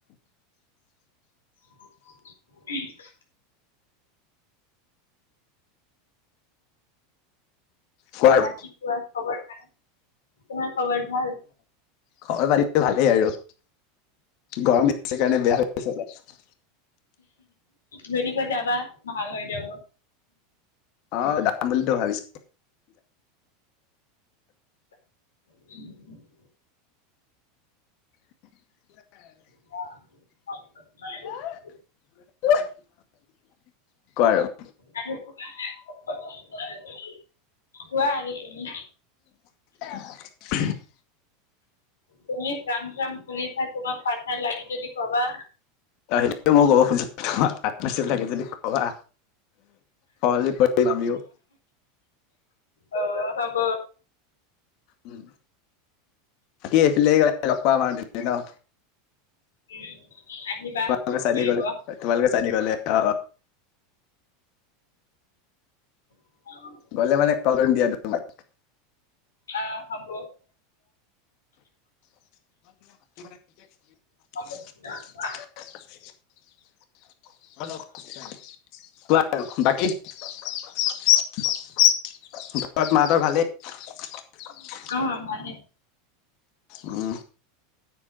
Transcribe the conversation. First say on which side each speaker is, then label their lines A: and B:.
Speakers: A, on the left (about 80°); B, on the left (about 55°).
A: ওহ,
B: কোৱা আৰু
A: না কি কোৱা খবৰ ভাল তোমাৰ খবৰ ভাল?
B: খবৰ পাতিটো ভালেই আৰু গৰম দি কাৰণে বেয়া হৈ গৈছে অলপ।
A: ধুনীয়াকৈ যাবা ভাল হৈ যাব।
B: অ, যাম বুলিতো ভাবিছো।
A: উম,
B: হেল্ল',
A: যাব।
B: কোৱা-কোৱা আৰু?
A: আৰু কোৱা আৰু তুমি?
B: উহ,
A: তুমি যাম যাম কৰিছা তোমাক পাৰ্তনাৰ লাগি যদি কবা?
B: অ, সেইটোৱে মই ক'ব খুজিছো তোমাৰ ভাত নাছো লাগে যদি কবা। কজ পঢ়ি যমিও <unintelligible>
A: অ, হব।
B: উম, এইফালে লগ পাম আৰু ন।
A: উম, আহিবা
B: তোমালোক চাইদে
A: ফুৰিব
B: গ'লে
A: অ
B: তোমালোক চাইধ গ'লে অ,
A: অ',
B: গ'লে মানে কলম দিয়া তোমাক
A: অ, হ'ব।
B: <unintelligible>
A: অ',
B: <inaudible> কোৱা বাকী? ঘৰত মাহতৰ ভালেই।
A: অ, ভালে।
B: উম,